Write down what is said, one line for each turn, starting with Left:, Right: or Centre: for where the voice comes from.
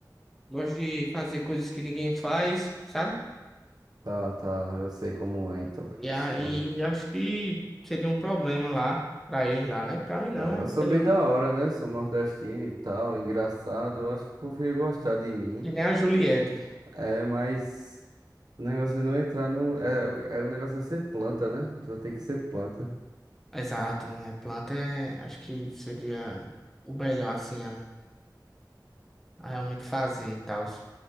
Centre: gosto de fazer coisas que ninguém faz, sabe?
Right: Tá, tá, eu sei como é então que funciona.
Centre: E aí acho que seria um problema lá pra eles lá, né? Pra mim não,
Right: É,
Centre: é
Right: Eu
Centre: pra
Right: sou
Centre: eles
Right: bem
Centre: não.
Right: da hora, né? Sou nordestino e tal, engraçado. Eu acho que o povo ia gostar de mim.
Centre: E nem a Juliette.
Right: É, mas o negócio é não entrar no. É, é o é- o negócio é ser planta, né? A pessoa tem que ser planta.
Centre: Exato, é planta é, acho que seria o melhor assim a, a realmente fazer e tal.